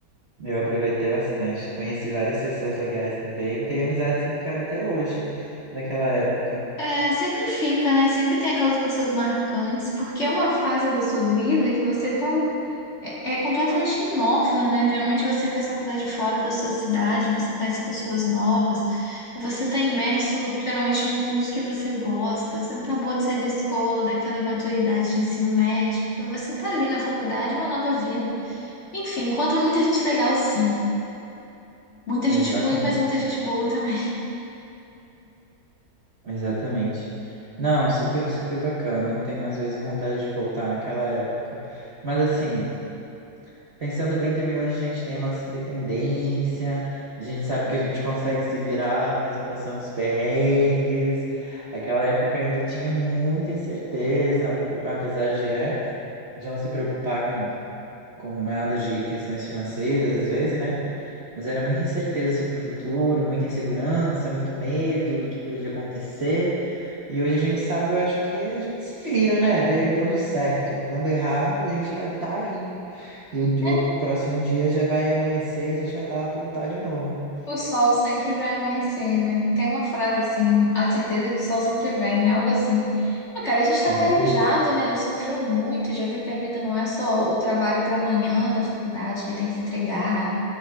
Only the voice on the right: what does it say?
Eu aproveitei bastante. Conheci várias pessoas legais também. Tenho amizades que ficaram até hoje, daquela época.
Exatamente,
exatamente. Não, super, super bacana. Tenho às vezes vontade de voltar naquela época. Mas assim. Pensando bem também, hoje a gente tem a nossa independência, a gente sabe que a gente consegue se virar, mesmo passando os perrengues. Aquela época ainda tinha muita incerteza, por- apesar de, né, de não se preocupar com, com nada de questões financeiras, às vezes, né? Mas era muita incerteza sobre o futuro, muita insegurança, muito medo do que podia acontecer. E hoje a gente sabe, eu acho que a gente se vira, né? De- Dando certo, dando errado, a gente vai estar aí. E o de
outro próximo dia já vai amanhecer, e a gente vai estar lá para lutar de novo.
Exatamente.